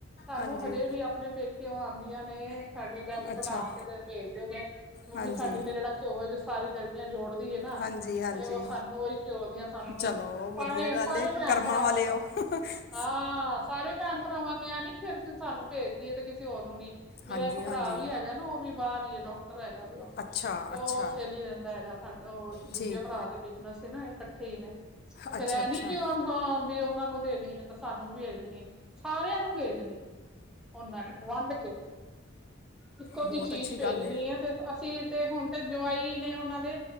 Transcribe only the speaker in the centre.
ਸਾਨੂੰ
ਹਜੇ ਵੀ ਆਪਣੇ ਪੇਕੇ ਕਿਉਂ ਆਂਦੀ ਆਂ ਨੇ। ਸਾਡੇ ਡੈਡੀ
ਬਣਾ ਕੇ ਤੇ ਭੇਜਦੇ ਨੇ ਮੰਮੀ
ਸਾਡੀ ਨੇ ਜਿਹੜਾ ਘਿਓ ਜਿਹੜਾ ਸਾਰੀ ਗ ਰਮੀ ਜੋੜਦੀ ਏ ਨਾ
ਤੇ ਉਹ ਸਾਨੂੰ ਉਹੀ ਘਿਓ ਦੀਆਂ ਸਾਨੂੰ
ਸਰ
ਸਾਰੇ
ਭੈਣ
ਭਰਾਵਾਂ ਨੂੰ।
ਹਾਂ, ਸਾਰੇ ਭੈਣ ਭਰਾਵਾਂ ਨੂੰ ਐ ਨੀ ਫੇਰ ਸੀਂ ਸਾਨੂੰ ਭੇਜਦੀ ਏ ਤੇ ਕਿਸੇ ਹੋਰ ਨੂੰ ਨਹੀਂ। ਮੇਰਾ
ਇੱਕ
ਭਰਾ ਵੀ ਹੈਗਾ ਨਾ ਉਹ ਵੀ ਬਾਹਰ ਹੀ ਡਾਕਟਰ ਹੈਗਾ ਵੀ।
ਤੇ
ਉਹ ਉੱਥੇ ਨੀ ਰਹਿੰਦਾ ਹੈਗਾ ਸਾਡਾ ਉਹ
ਦੂਜੇ ਭਰਾ ਦੇ ਬਿਜਨਸ ਨਾ ਠੀ ਨੇ ਤੇ ਫੇਰ
ਇਹ
ਨੀ ਕਿ ਵੀ ਉਹਨਾ ਨੂੰ ਦੇਣੀ ਐ ਸਾਨੂੰ ਵੀ ਦੇਣੀ ਐ। ਸਾਰਿਆਂ ਨੂੰ ਭੇਜਣੀ। ਉਹਨਾਂ ਨੇ ਵੰਡ ਕੇ, ਇੱਕੋ
ਜਿਹੀ ਚੀਜ਼
ਭੇਜਣੀ
ਹੈ ਤੇ ਅਸੀਂ ਤੇ ਹੁਣ ਤੇ ਜਵਾਈ ਨੇ ਉਹਨਾਂ ਦੇ